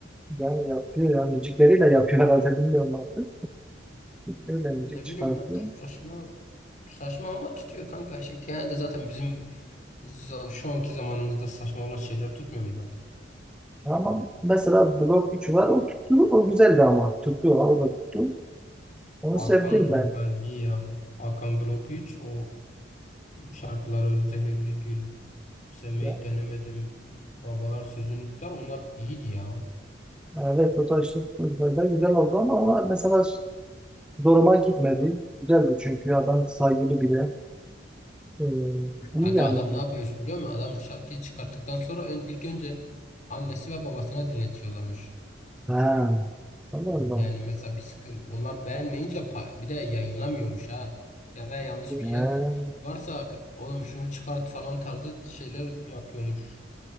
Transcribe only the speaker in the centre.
Yani yapıyor ya. Müzikleriyle yapıyor herhalde bilmiyorum artık. Öyle müzik
çıkartıyor.
Ama mesela blok 3 var. O tuttu. O güzeldi ama. Tuttu. O da tuttu. Onu
sevdim
ben.
Ya,
Evet o da işte böyle güzel oldu ama ona mesela zoruma gitmedi. Güzeldi çünkü adam saygılı biri. Ee, iyi
yani.
Ha, Allah Allah.
Ha.